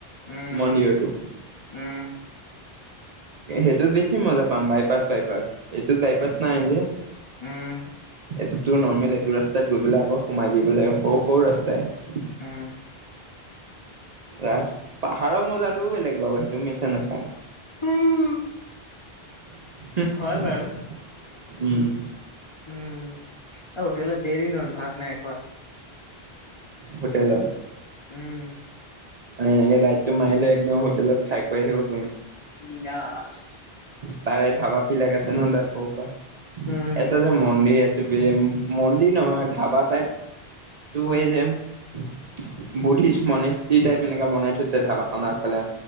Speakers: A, on the left (about 40°); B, on the right (about 55°).
A: উম
B: মন্দিৰতো
A: উম
B: সেইটো বেছি মজা পাম। বাইপাছ-বাইপাছ এইটো বাইপছ নাই যে,
A: উম
B: এইটো টো নৰ্মেল। এইটো ৰাস্তাত গৈ পেলাই আকৌ সোমাই দিব লাগিব, সৰু সৰু ৰাস্তাই
A: উম।
B: ৰাস, পাহাৰৰ মজাটোও বেলেগ বাৰু সেইটো মিছা নকওঁ।
A: উম
B: <unintelligible>
A: হয় বাৰু
B: উম।
A: উম, আৰু হোটেলত কেইদিন হ'ল, ভাত নাই খোৱা।
B: হোটেলত
A: উম।
B: <unintelligible> মাৰিলে, একদম হোটেলত খাই গৈ আহিব পাৰিম।
A: বিন্দাছ।
B: তাৰে ধাবাবিলাক আছে নহয়, তাত। ক' পৰা,
A: উম
B: এটা যে মন্দিৰ আছে। মন্দিৰ নহয়, ধাবা টাইপ তটো হৈ
A: উম
B: যে <unintelligible> বুদ্ধিষ্ট মনেস্ত্ৰী টাইপ, এনেকাে বনাই থৈছে, ধাবা আগফালে